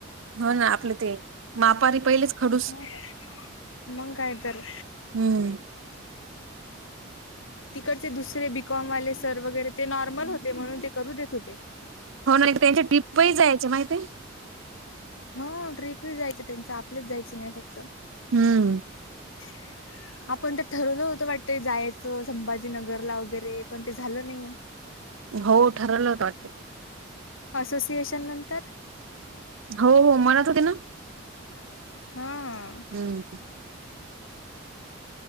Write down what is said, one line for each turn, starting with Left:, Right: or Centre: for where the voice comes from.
Right: हो. ना आपलं ते मापारी पहिलेच खडूस
Left: व्हय, मंग काय तर
Right: हम्म
Left: तिकडचे दुसरे बीकॉम वाले सर वगैरे ते नॉर्मल होते म्हणून ते करू देत होते.
Right: हो ना त्यांच्या डीप्पही जायचे माहितेय
Left: हो ट्रीपही जायच त्यांच आपलीच जायची नाही फक्त
Right: हम्म
Left: <inaudible> आपण तर ठरवलं होत वाटतं, जायचं संभाजीनगरला वगैरे पण ते झालं नाही.
Right: हो ठरवलं होत वाटतंय
Left: असोसिएशन नंतर
Right: हो हो म्हणत होते ना?
Left: हा
Right: हम्म